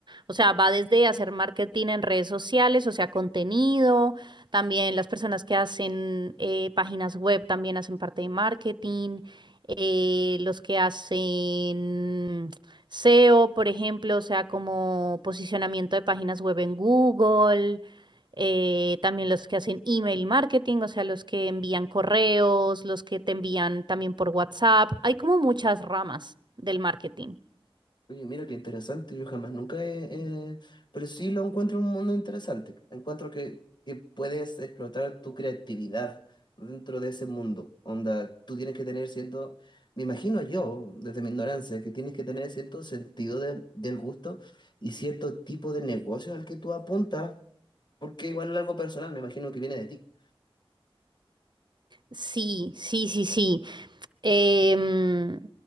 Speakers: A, on the right; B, on the left.
A: o sea, va desde hacer marketing en redes sociales, o sea, contenido, también las personas que hacen eh, páginas web también hacen parte de marketing, eh, los que hacen SEO, por ejemplo, o sea, como posicionamiento de páginas web en Google eh, también los que hacen email marketing, o sea, los que envían correos, los que te envían también por WhatsApp. Hay como muchas ramas del marketing.
B: Oye, mira qué interesante, yo jamás nunca he... eh, pero sí lo encuentro un mundo interesante. Encuentro que, que puedes explotar tu creatividad dentro de ese mundo. Onda, tú tienes que tener cierto... Me imagino yo, desde mi ignorancia, que tienes que tener cierto sentido de- del gusto y cierto tipo de negocio al que tú apuntas, porque igual es algo personal, me imagino que viene de ti.
A: Sí, sí, sí, sí. Em,